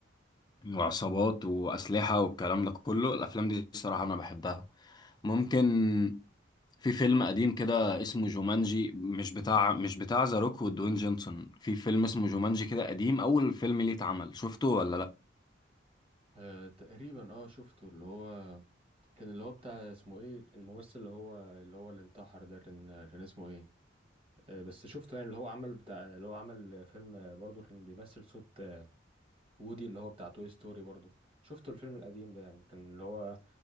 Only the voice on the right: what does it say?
آه تقريبا اه شفته اللي هو كان اللي هو بتاع اسمه ايه الممثل اللي هو اللي هو اللي انتحر ده كان كان اسمه ايه آه بس شفته يعني اللي هو عمل بتاع اللي هو عمل فيلم آه، برضه كان بيمثل صوت آه، وودي اللي هو بتاع توي ستوري برضه شفته الفيلم القديم ده يعني كان اللي هو